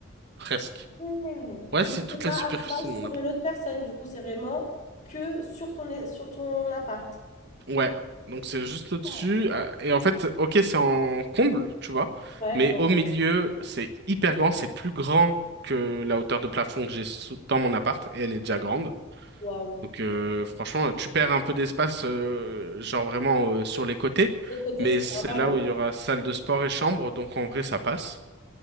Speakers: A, on the right; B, on the left.
A: presque.
B: Ouais.
A: Ouais, c'est
B: Mais
A: toute
B: c'est pas
A: la superficie
B: à cheval
A: de mon
B: sur
A: appartement.
B: une autre personne, du coup, c'est vraiment que sur ton, sur ton appart.
A: Ouais, donc c'est juste au-dessus.
B: Oh.
A: euh, Et en fait, ok, c'est en comble, tu vois,
B: Ouais,
A: mais
B: donc,
A: au milieu,
B: euh,
A: c'est hyper grand, c'est plus grand que la hauteur de plafond que j'ai sous- dans mon appart, et elle est déjà grande.
B: waouh.
A: Donc euh, franchement, tu perds un peu d'espace, euh, genre vraiment euh, sur les côtés,
B: Écoutez,
A: mais
B: ce qui
A: c'est
B: est normal,
A: là
B: oui.
A: où il y aura salle de sport et chambre, donc en vrai, ça passe.